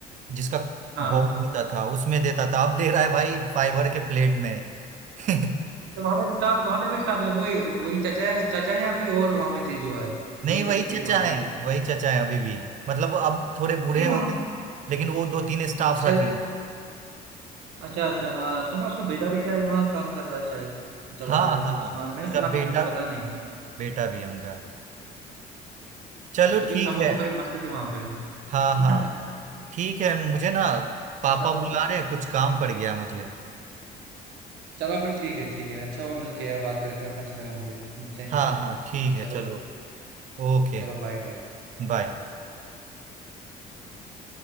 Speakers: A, on the right; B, on the right.
A: जिसका
B: हाँ
A: बॉल होता था उसमें देता था अब दे रहा है भाई फाइबर के प्लेट में <laughs>
B: तो वहां पे भी स्टाफ वहां पे भी स्टाफ है, वही वही चाचा है चाचा है या कोई और वहां पे चेंज हुआ है
A: नहीं
B: जो उस
A: वही
B: टाइम
A: चचा
B: थे वहां
A: है
B: पे
A: वही चचा है अभी भी मतलब वो अब थोड़े
B: हम
A: बूढ़े
B: भी
A: हो गए लेकिन वो दो तीन स्टाफ रख
B: वहां
A: लिए
B: अच्छा अच्छा हाँ सुना उसका बेटा भी शायद वहाँ काम कर रहा है शायद चला
A: हाँ
B: रहा है
A: हाँ
B: सुना था मैंने
A: उनका
B: सुना
A: बेटा
B: था मुझे पता नहीं
A: बेटा भी है उनका चलो
B: अच्छा लेकिन
A: ठीक
B: समोसे
A: है
B: काफी मस्त थे वहाँ पे
A: हाँ
B: <laughs>
A: हाँ ठीक है मुझे ना पापा
B: चलो
A: बुला रहे हैं कुछ काम पड़ गया मुझे
B: चलो फिर ठीक है ठीक है अच्छा हुआ मिलके यार बात करके अच्छा लगा मुझे मिलते हैं
A: हाँ
B: फिर हाँ?
A: हाँ ठीक है
B: चलो
A: चलो ओके
B: चलो बाय
A: बाय
B: बाय